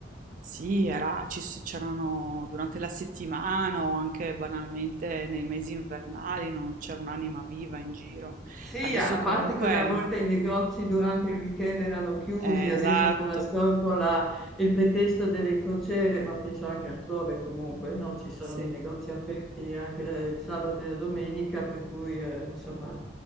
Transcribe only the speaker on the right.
sì, era, ci so- c'erano durante la settimana o anche banalmente nei mesi invernali non c'era un'anima viva in giro.
Adesso
comunque,
eh,
esatto,
sì,